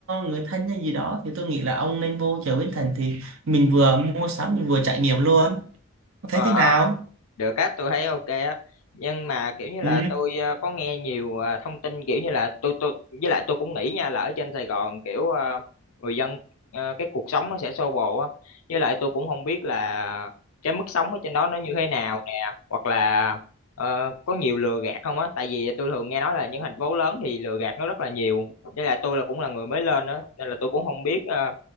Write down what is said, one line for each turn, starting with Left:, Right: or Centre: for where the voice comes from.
Right: người thân hay gì đó thì tôi nghĩ là ông nên vô chợ Bến Thành thì mình vừa mua sắm mình vừa trải nghiệm luôn Ông thấy
Left: ờ
Right: thế nào
Left: được á tôi thấy ok á nhưng mà kiểu như là
Right: ừ
Left: tôi ờ, có nghe nhiều ờ, thông tin kiểu như là tôi tôi với lại tôi cũng nghĩ nha là ở trên Sài Gòn kiểu ờ, người dân ờ, cái cuộc sống nó sẽ xô bồ á với lại tôi cũng không biết là cái mức sống ở trên đó nó như thế nào nè hoặc là ờ, có nhiều lừa gạt không á tại vì tôi thường nghe nói là những thành phố lớn thì lừa gạt nó rất là nhiều với lại tôi là cũng là người mới lên á nên là tôi cũng không biết ờ,